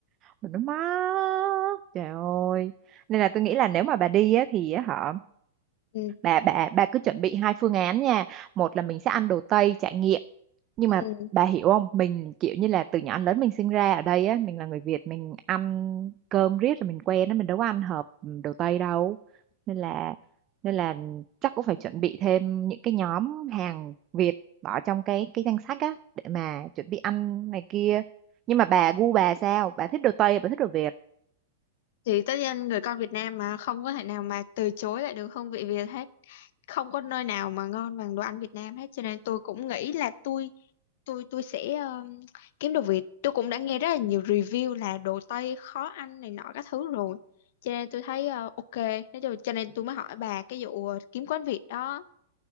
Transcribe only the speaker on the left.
Ừ.
Ừ.
Thì tất nhiên người con Việt Nam mà không có thể nào mà từ chối lại được hương vị Việt hết. Không có nơi nào mà ngon bằng đồ ăn Việt Nam hết cho nên tôi cũng nghĩ là tôi tôi tôi sẽ um, kiếm đồ Việt. Tôi cũng đã nghe rất là nhiều review là đồ Tây khó ăn này nọ các thứ rồi. Cho nên tôi thấy ờ, ok, nói chung cho nên tôi mới hỏi bà cái vụ ờ, kiếm quán Việt đó.